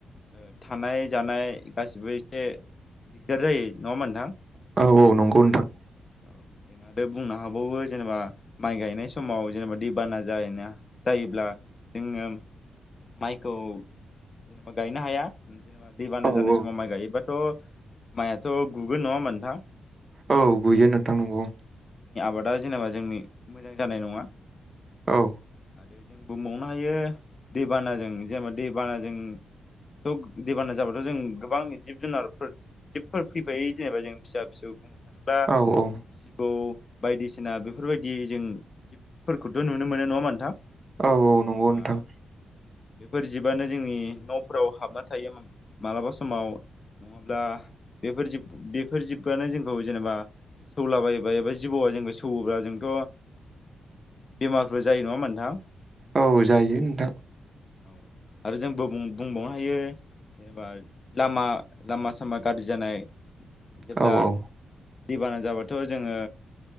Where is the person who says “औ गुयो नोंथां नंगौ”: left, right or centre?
Right